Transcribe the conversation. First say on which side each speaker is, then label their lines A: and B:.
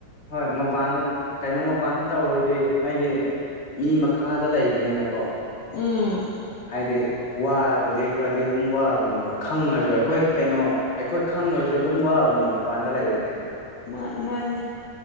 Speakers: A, on the left (about 25°); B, on the left (about 65°).
A: ꯍꯣꯏ ꯃꯄꯥꯟꯗ ꯀꯩꯅꯣ ꯃꯄꯥꯟꯗ ꯇꯧꯔꯗꯤ ꯍꯥꯏꯗꯤ ꯃꯤ ꯃꯈꯥꯗ ꯂꯩꯕꯅꯤꯅꯀꯣ
B: ꯎꯝ
A: ꯍꯥꯏꯗꯤ ꯋꯥꯕꯗꯤ ꯈꯔꯗꯤ ꯑꯗꯨꯝ ꯋꯥꯕꯅꯦꯕ ꯈꯪꯉꯁꯨ ꯑꯩꯈꯣꯏ ꯀꯩꯅꯣ ꯑꯩꯈꯣꯏ ꯈꯪꯉꯁꯨ ꯑꯗꯨꯝ ꯋꯥꯕꯅꯦ ꯄꯥꯅ ꯂꯩꯔꯗꯤ
B: ꯃꯥ ꯃꯥꯅꯦ